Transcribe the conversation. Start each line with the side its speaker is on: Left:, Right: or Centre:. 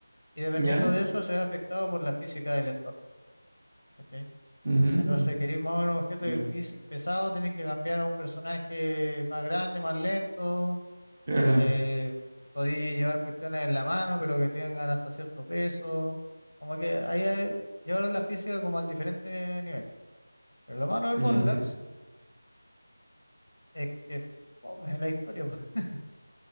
Left: y dependiendo
Right: Ya.
Left: de eso se ve afectado por la física del entorno, ¿cachai?
Right: mm,
Left: Entonces, si queréis mover un objeto
Right: ya,
Left: difícil- pesado, tenéis que cambiar a un personaje más grande, más lento,
Right: Claro.
Left: Eh, podéis llevar cuestiones en la mano, pero que tengan hasta cierto peso. Como que ahí hay- llevaron la física como al diferente nivel. Pero lo malo del
Right: Ya
Left: Bond
Right: entiendo.
Left: Labs es que fome la historia. po. <laughs>